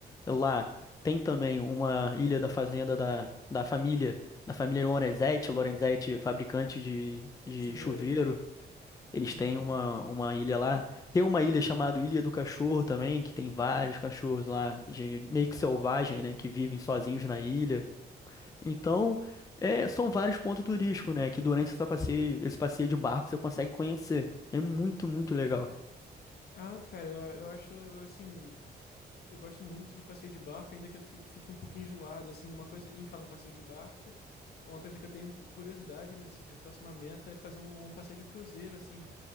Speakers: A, on the left; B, on the left.
A: Lá tem também uma ilha da fazenda da, da família, da família Lorenzetti, Lorenzetti, fabricante de, de
B: Chuveiro.
A: chuveiro. Eles
B: Uhum.
A: têm uma, uma ilha lá. Tem uma ilha chamada Ilha do Cachorro também, que tem vários cachorros lá, de, meio que selvagem, né, que vivem sozinhos na ilha. Então, é, são vários pontos turísticos, né, que durante esse passeio, esse passeio de barco você consegue conhecer. É muito, muito legal.
B: Ah, cara, eu, eu acho, eu, assim, eu gosto muito de passeio de barco, ainda que eu fi- fique um pouco enjoado, assim, uma coisa, em falar em passeio de barco, uma coisa que eu tenho curiosidade, minha- assim, minha próxima meta é fazer um, um passeio de cruzeiro, assim,